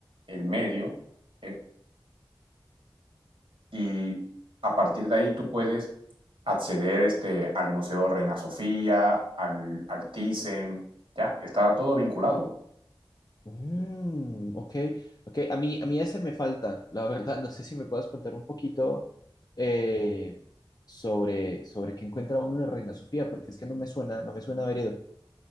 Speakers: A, on the right (about 75°); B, on the left (about 45°).
A: el medio, eh, y a partir de ahí tú puedes acceder este, al Museo Reina Sofía, al, al Thyssen, ya, está todo vinculado.
B: Mm, ok, ok. A mí, a mí ese me falta, la verdad. No sé si me puedes contar un poquito eh, sobre, sobre qué encuentra uno en Reina Sofía, porque es que no me suena, no me suena haber ido.